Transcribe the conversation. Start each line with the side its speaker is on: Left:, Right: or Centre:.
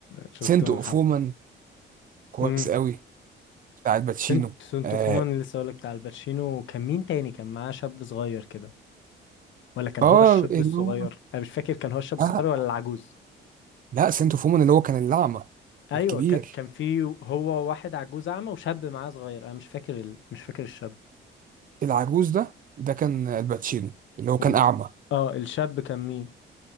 Left: شفته
Right: سنت
Left: من
Right: اوف
Left: حبة
Right: وومن كويس
Left: امم
Right: قوي بتاع الباتشينو
Left: سنت سنت
Right: آه،
Left: فومان اللي لسه هقولك بتاع الباتشينو كان مين تاني كان معاه شاب صغير كده ولا كان
Right: اه
Left: هو الشاب
Right: اللي
Left: الصغير
Right: هو
Left: انا مش فاكر كان هو الشاب الصغير
Right: آه
Left: ولا العجوز
Right: لا سنتو فومن اللي هو كان الأعمى
Left: ايوه
Right: الكبير
Left: ك... كان في هو واحد عجوز اعمى وشاب معاه صغير انا مش فاكر ال... مش فاكر الشاب
Right: العجوز ده ده كان الباتشينو اللي هو كان
Left: وال...
Right: أعمى
Left: اه الشاب كان مين